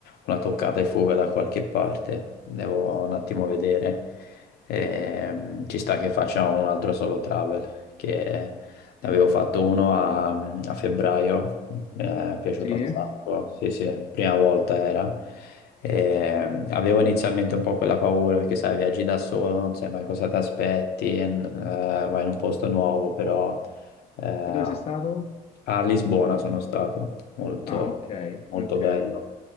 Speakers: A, on the left (about 70°); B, on the left (about 35°).
A: una toccata e fuga da qualche parte. Devo un attimo vedere. Ehm, ci sta che faccia un altro solo travel che ne Avevo fatto uno a, a febbraio, mi è piaciuto
B: Sì? E
A: un No. sacco, sì sì, prima volta era. E, avevo inizialmente un po' quella paura perché sai, viaggi da solo, non sai mai cosa ti aspetti, n- eh, vai in un posto nuovo, però eh,
B: dove sei stato?
A: a Lisbona sono stato, molto,
B: Ah, ok,
A: molto
B: ok.
A: bello.